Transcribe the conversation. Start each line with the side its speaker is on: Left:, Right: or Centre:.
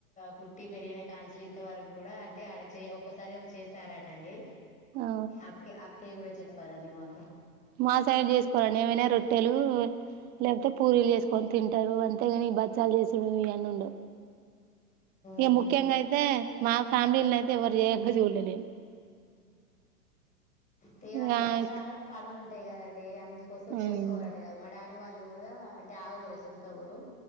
Left: పుట్టి పెరిగిన కాంచిలు ఇంతవరకు కూడా అంటే ఆడచేయి ఒక్కసారి ఏమో చే చార్ ఆట అండి
Right: ఆ
Left: అక్కే అక్కే యే కూడా చెప్పాలండి మా
Right: మా సైడ్ చేసుకోరండి ఏమైనా రొట్టెలు లేకపోతే పూరీలు చేసుకో కొన్ని తింటారు అంతేగాని బచ్చాలు చేసేవి ఇవే మ్ ఉండవు ఇక
Left: అడి
Right: ముఖ్యంగా అయితే మా ఫ్యామిలీలో అయితే ఎవరు చేయంగా చూడలే
Left: త
Right: నేను
Left: వర్స అరిచ
Right: ఇక
Left: పనులుంట అంతే కదండి అంతే కోసం
Right: ఉమ్
Left: చేసుకోరటగా మా డ్యాడీ వాళ్ళు కూడా అంటే ఆ ఊరే సొంత ఊరు